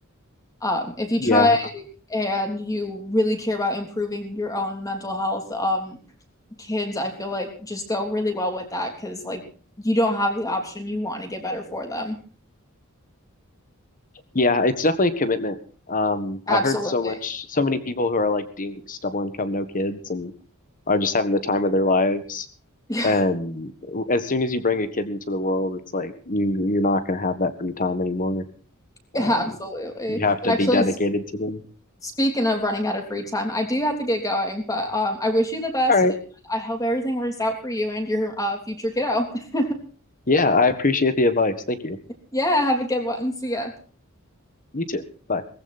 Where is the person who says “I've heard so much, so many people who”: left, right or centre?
Left